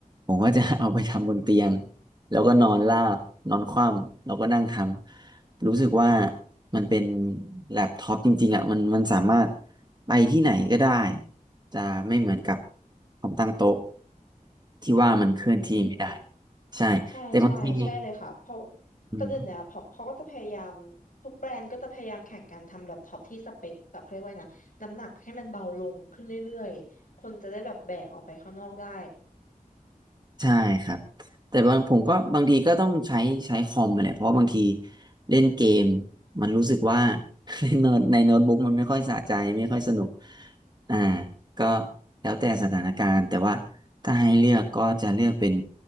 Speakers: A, on the right; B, on the left.
A: ผมก็จะเอาไปทำบนเตียงแล้วก็นอนราบนอนคว่ำแล้วก็นั่งทำ รู้สึกว่ามันเป็นแล็ปท็อปจริงๆอ่ะมันมันสามารถไปที่ไหนก็ได้จะไม่เหมือนกับคอมตั้งโต๊ะที่ว่ามันเคลื่อนที่ไม่ได้
B: อืม
A: ใช่แต่บางที
B: ใช่ใช่ใช่เลยค่ะเพราะ
A: อืม
B: แต่เดี๋ยวนี้พอเขาก็จะพยายามทุกแบรนด์ก็จะพยายามแข่งกันทำแล็ปท็อปที่สเปคแบบเขาเรียกว่าไงนะน้ำหนักให้มันเบาลงขึ้นเรื่อยๆคนจะได้แบบแบกออกไปข้างนอกได้
A: ใช่ครับแต่บางผมก็บางทีก็ต้องใช้ใช้คอมมาแหละเพราะว่าบางทีเล่นเกมมันรู้สึกว่า <laughs> เล่นโน้ตในโน้ตบุ๊กมันไม่ค่อยสะใจไม่ค่อยสนุกอ่าก็แล้วแต่สถานการณ์แต่ว่าถ้าให้เลือกก็จะเลือกเป็น